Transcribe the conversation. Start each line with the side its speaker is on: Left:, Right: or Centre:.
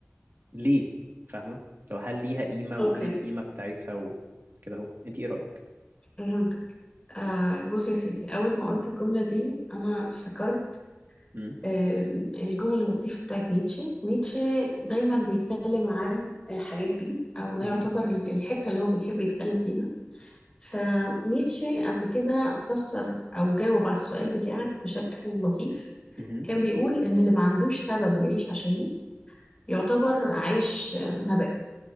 Right: ليه فاهمة لو هل ليها قيمة
Left: اوكي
Right: وايه القيمة بتاعتها وكده اهو انت ايه رأيك
Left: فهمتك آه بص يا سيدي أول ما قلت
Right: مم.
Left: الجملة دي أنا افتكرت
Right: مم.
Left: آم، الجمل اللطيفة بتاعت نيتشه نيتشه دايما بيتكلم عن الحاجات دي أو ده
Right: مهم.
Left: يعتبر ال- الحتة اللي هو بيحب يتكلم فيها فنيتشه قبل كده فسر أو جاوب على السؤال بتاعك بشكل لطيف
Right: مهم.
Left: كان بيقول إن اللي ما عندوش سبب يعيش عشانه يعتبر عايش آه، هباء